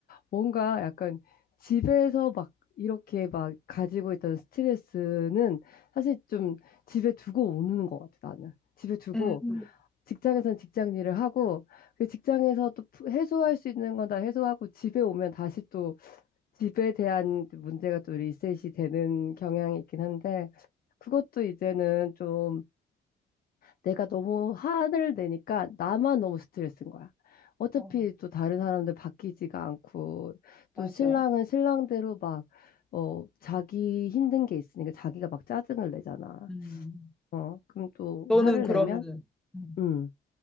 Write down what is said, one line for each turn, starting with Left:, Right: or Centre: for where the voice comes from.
Left: 뭔가 약간 집에서 막 이렇게 막 가지고 있던 스트레스는 사실 좀 집에 두고 오는 것 같아, 나는. 집에 두고
Centre: 음, 음.
Left: 직장에선 직장 일을 하고 그 직장에서 또 푸- 해소할 수 있는 건 다 해소하고 집에 오면 다시 또 집에 대한 문제가 또 리셋이 되는 경향이 있긴 한데 그것도 이제는 좀 내가 너무 화를 내니까 나만 너무 스트레스인 거야. 어차피
Centre: 어,
Left: 또 다른 사람들 바뀌지가 않고, 또
Centre: 맞아.
Left: 신랑은 신랑대로 막, 어, 자기 힘든 게 있으니까 자기가 막 짜증을 내잖아.
Centre: 음.
Left: 어, 그럼 또
Centre: 너는
Left: 화를
Centre: 그러면
Left: 내면,
Centre: 음.
Left: 음,